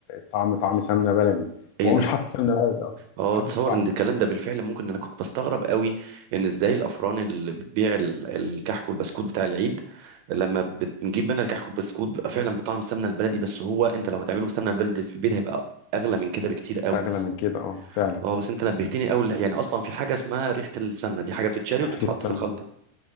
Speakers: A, on the left (about 85°); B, on the right (about 80°).
A: طعم طعم سمنه بلدي
B: ايه
A: هو
B: ده
A: مش حاطط سمنه بلدي اصلا
B: اه
A: حاطط
B: تصور
A: طعم
B: ان الكلام ده بالفعل ممكن انا كنت بستغرب قوي ان ازاي الافران اللي بتبيع ال- الكحك والبسكوت بتاع العيد لما بنجيب منها الكحك والبسكوت بيبقى فعلا بطعم السمنه البلدي بس هو انت لو هتعمله بالسمنه البلدي في البيت هيبقى اغلى من كده بكتير قوي
A: اغلى
B: بس
A: من كده اه فعلا
B: اه بس انت نبهتني قوي يعني اصلا في حاجه اسمها ريحه السمنه دي حاجه بتتشري
A: ريحه
B: وبتتحط
A: السمنه
B: في الخلطه